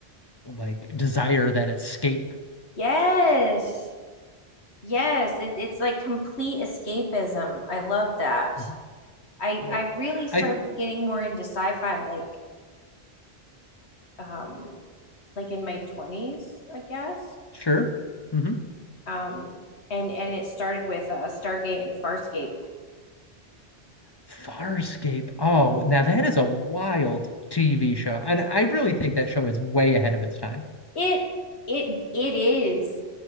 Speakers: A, on the left (about 30°); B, on the left (about 80°).
A: like desire that escape.
B: Yes. Yes, it, it's like complete escapism. I love that.
A: Mhm.
B: I
A: Yeah.
B: I really started
A: I
B: getting more into sci-fi like um like in my 20s, I guess.
A: Sure. hmm
B: Um and and it started with uh Stargate and Farscape.
A: Farscape. Oh, now that is a wild TV show. And I really think that show is way ahead of its time.
B: It it it is.